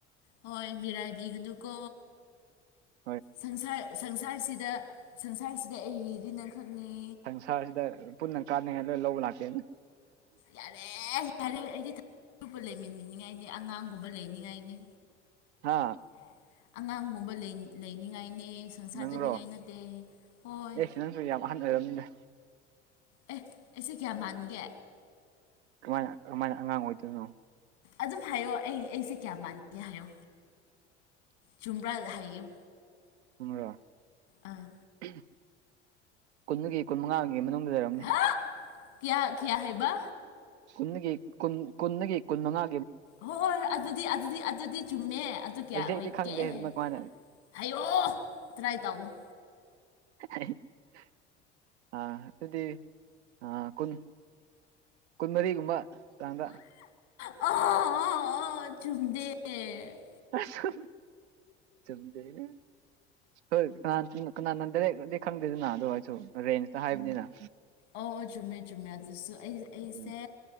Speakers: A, on the left; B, on the right.
A: ꯍꯣꯏ ꯃꯤꯔꯥꯏꯕꯤꯒꯅꯨꯀꯣ
B: ꯍꯥ
A: ꯁꯪꯁꯥꯔ ꯁꯪꯁꯥꯔꯁꯤꯗ ꯁꯪꯁꯥꯔꯁꯤꯗ ꯑꯩꯒꯤꯗꯤ ꯅꯪꯈꯛꯅꯦ
B: ꯆꯠꯆꯗ ꯄꯨꯟꯅ ꯀꯥꯟꯅꯤꯉꯥꯏꯗꯣ ꯂꯧꯕ ꯂꯥꯛꯀꯦꯅ
A: ꯌꯥꯔꯦ ꯌꯥꯔꯦ ꯑꯩꯗꯤ <unintelligible> ꯂꯩꯃꯤꯟ ꯂꯩꯅꯤꯡꯉꯥꯏꯅꯤ ꯑꯉꯥꯡꯒꯨꯝꯕ ꯂꯩꯅꯤꯡꯉꯥꯏꯅꯤ
B: ꯍꯥ
A: ꯑꯥ ꯑꯉꯥꯡꯒꯨꯝꯕ ꯂꯩ ꯂꯩꯅꯤꯡꯉꯥꯏꯅꯦ ꯁꯪꯁꯥꯔ
B: ꯅꯪꯔꯣ
A: ꯆꯠꯅꯤꯡꯉꯥꯏ ꯅꯠꯇꯦ ꯍꯣꯏ
B: ꯑꯦ ꯅꯪꯁꯨ ꯌꯥꯝ ꯑꯍꯟ ꯑꯣꯏꯔꯕꯅꯤꯗ
A: ꯑꯦ ꯑꯩꯁꯦ ꯀꯌꯥ ꯃꯥꯟꯒꯦ
B: ꯀꯃꯥꯏꯅ ꯀꯃꯥꯏꯅ ꯑꯉꯥꯡ ꯑꯣꯏꯗꯣꯏꯅꯣ
A: ꯑꯗꯨꯝ ꯍꯥꯏꯌꯣ ꯑꯩ ꯑꯩꯁꯦ ꯀꯌꯥ ꯃꯥꯟꯒꯦ ꯍꯥꯏꯌꯣ ꯆꯨꯝꯕ꯭ꯔꯥ ꯍꯥꯏꯌꯨ
B: ꯇꯨꯝꯃꯣꯔꯣ
A: ꯑꯥ
B: ꯑꯍꯝ ꯀꯨꯟꯗꯒꯤ ꯀꯨꯟꯃꯉꯥꯒꯤ ꯃꯅꯨꯡꯗ ꯂꯩꯔꯝꯅꯤ
A: ꯍꯥ ꯀꯌꯥ ꯀꯌꯥ ꯍꯥꯏꯕ
B: ꯀꯨꯟꯗꯒꯤ ꯀꯨꯟ ꯀꯨꯟꯗꯒꯤ ꯀꯨꯟ ꯃꯉꯥ
A: ꯍꯣꯏ ꯍꯣꯏ ꯍꯣꯏ ꯑꯗꯨꯗꯤ ꯑꯗꯨꯗꯤ ꯑꯗꯨꯗꯤ ꯆꯨꯝꯃꯦ ꯑꯗꯨ ꯀꯌꯥ
B: ꯑꯦꯛꯖꯦꯛꯇꯤ
A: ꯑꯣꯏꯒꯦ
B: ꯈꯪꯗꯦ ꯑꯗꯨꯃꯥꯏ
A: ꯍꯥꯏꯌꯣ
B: ꯀꯃꯥꯏꯅ
A: ꯍꯥꯏꯌꯣ ꯇꯔꯥꯏ ꯇꯧꯒꯅꯨ
B: <unintelligible> ꯑꯥ ꯑꯗꯨꯗꯤ ꯑꯥ ꯀꯨꯟ ꯀꯨꯟꯃꯔꯤꯒꯨꯝꯕ ꯆꯥꯡꯗ
A: ꯑꯣ ꯑꯣ ꯑꯣ ꯆꯨꯝꯗꯦ ꯑꯦ
B: ꯑꯁ ꯆꯨꯝꯗꯦꯌꯦ ꯍꯣꯏ ꯀꯅꯥ ꯆꯨꯝ ꯀꯅꯥꯅ ꯗꯥꯏꯔꯦꯛꯗꯤ ꯈꯪꯗꯦꯗꯅ ꯑꯗꯨ ꯑꯩꯁꯨ ꯔꯦꯟꯖꯇ ꯍꯥꯏꯕꯅꯤꯅ
A: ꯑꯣ ꯑꯣ ꯆꯨꯝꯃꯦ ꯆꯨꯝꯃꯦ ꯑꯗꯨꯁꯨ ꯑꯩ ꯑꯩꯁꯦ
B: ꯎꯝ